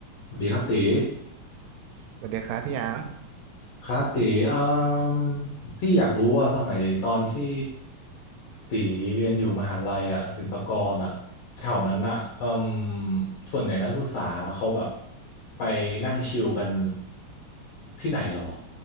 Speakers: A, on the left; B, on the right.
A: สวัสดีครับตี
B: สวัสดีครับพี่ยาง
A: ครับตีอืมพี่อยากรู้ว่าสมัยตอนที่ตีเรียนอยู่มหาลัยอ่ะศิลปากรอ่ะแถวนั้นอ่ะอืมส่วนใหญ่นักศึกษาเขาแบบไปนั่งชิลกันที่ไหนหรอ